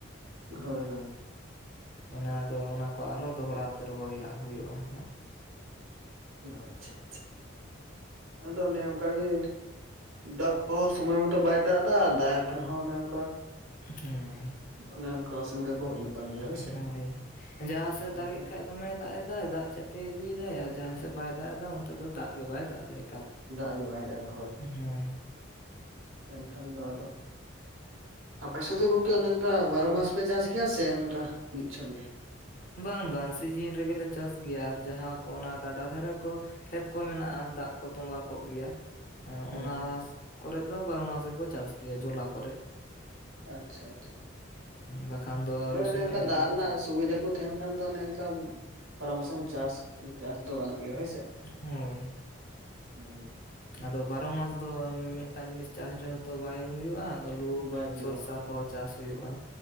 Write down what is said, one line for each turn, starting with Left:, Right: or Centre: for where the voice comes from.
Right: ᱦᱳᱭ ᱦᱳᱭ
Left: ᱚᱱᱮ ᱟᱫᱚ ᱚᱱᱟ ᱠᱚ ᱟᱨᱦᱚᱸ ᱫᱚᱦᱲᱟ ᱛᱮ ᱨᱚᱦᱚᱭᱟ ᱟᱜ ᱦᱩᱭᱩᱜᱼᱟ ᱦᱟᱸᱜ
Right: ᱟᱪᱷᱟ ᱟᱪᱷᱟ ᱟᱫᱚ ᱚᱱᱮ ᱚᱱᱠᱟ ᱜᱮ ᱫᱟᱜ ᱦᱚᱸ ᱥᱚᱢᱚᱭ ᱢᱚᱛᱚ ᱵᱟᱭ ᱫᱟᱜ ᱮᱫᱟ ᱟᱨ ᱫᱟᱜ ᱮᱜ ᱠᱷᱟᱱ ᱦᱚᱸ ᱚᱱᱮ ᱚᱱᱠᱟ
Left: ᱦᱩᱸ
Right: ᱟᱱᱮ ᱚᱱᱠᱟ ᱚᱥᱩᱵᱤᱫᱟ ᱠᱚ ᱦᱩᱭᱩᱜ ᱠᱟᱱ ᱜᱮᱭᱟ ᱦᱳᱭᱥᱮ
Left: ᱦᱳᱭ ᱡᱟᱦᱟᱸ ᱥᱮᱫ
Right: ᱟᱫᱚ
Left: ᱫᱟᱜᱮᱜ ᱠᱷᱟᱜ ᱫᱚᱢᱮ ᱫᱟᱜ ᱮᱫᱟᱭ ᱫᱟᱜ ᱪᱟᱯᱮ ᱤᱫᱤᱭᱮᱫᱟᱭ ᱟᱨ ᱡᱟᱦᱟᱸ ᱥᱮᱫ ᱵᱟᱭ ᱫᱟᱜ ᱮᱫᱟ ᱚᱱᱛᱮ ᱫᱚ ᱫᱟᱜ ᱜᱮ ᱵᱟᱭ ᱫᱟᱜ ᱮᱫ
Right: ᱫᱟᱜ ᱜᱮ ᱵᱟᱭ ᱫᱟᱜ ᱮᱫᱟ ᱦᱳᱭ
Left: ᱦᱮᱸ
Right: ᱮᱱᱠᱷᱟᱱ ᱫᱚ ᱟᱫᱚ ᱟᱯᱮᱥᱮᱫ ᱫᱚ ᱜᱚᱝᱠᱮ ᱚᱱᱠᱟ ᱵᱟᱨᱚ ᱢᱟᱥ ᱯᱮ ᱪᱟᱥ ᱜᱮᱭᱟ ᱥᱮ ᱚᱱᱠᱟ ᱢᱤᱫ ᱪᱷᱚᱴ ᱜᱮ
Left: ᱵᱟᱝ ᱵᱟᱝ ᱥᱤᱡᱤᱱ ᱨᱮᱜᱮᱞᱮ ᱪᱟᱥ ᱜᱮᱭᱟ ᱟᱨ ᱡᱟᱦᱟᱸ ᱠᱚ ᱚᱱᱟ ᱜᱟᱰᱟ ᱫᱷᱟᱨᱟ ᱠᱚ ᱠᱷᱮᱛ ᱠᱚ ᱢᱮᱱᱟᱜᱼᱟ ᱫᱟᱜ ᱠᱚ ᱛᱚᱸᱵᱟ ᱠᱚᱜ ᱜᱮᱭᱟ
Right: ᱦᱳᱭ
Left: ᱚᱱᱟ
Right: ᱦᱳᱭ
Left: ᱠᱚᱨᱮ ᱫᱚ ᱵᱟᱨᱚ ᱢᱟᱥ ᱜᱮᱠᱚ ᱪᱟᱥ ᱜᱮᱭᱟ ᱡᱚᱞᱟ ᱠᱚᱨᱮ
Right: ᱟᱪᱪᱷᱟ ᱟᱪᱪᱷᱟ
Left: ᱵᱟᱠᱷᱟᱱ ᱫᱚ
Right: ᱦᱳᱭ
Left: ᱟᱹᱞᱩ
Right: ᱚᱱᱮ
Left: ᱥᱚᱢᱚᱭ
Right: ᱚᱱᱠᱟ ᱨᱮᱱᱟᱜ
Left: ᱦᱚᱸ ᱪᱟᱥ
Right: ᱥᱩᱵᱤᱫᱟ ᱠᱚ ᱛᱟᱦᱮᱱ ᱠᱷᱟᱱ ᱫᱚ ᱚᱱᱮ ᱚᱱᱠᱟ ᱵᱟᱨᱚᱢᱟᱥᱮᱢ ᱪᱟᱥ ᱪᱟᱥ ᱫᱚ ᱜᱟᱱᱚᱜ ᱜᱮᱭᱟ ᱦᱳᱭ ᱥᱮ
Left: ᱦᱳᱭ
Right: ᱦᱩᱸ
Left: ᱟᱫᱚ ᱵᱟᱨᱚ ᱢᱟᱥ ᱫᱚ ᱢᱤᱫᱴᱟᱝ ᱡᱤᱱᱤᱥ ᱪᱟᱥ ᱨᱮᱦᱚᱛᱚ ᱵᱟᱭ ᱦᱩᱭᱩᱜᱼᱟ᱾ ᱟᱹᱞᱩ
Right: ᱵᱟᱭ ᱦᱩᱭᱩᱜᱼᱟ
Left: ᱥᱚᱨᱥᱟ
Right: ᱦᱳᱭ
Left: ᱠᱚ ᱪᱟᱥ ᱦᱩᱭᱩᱜᱼᱟ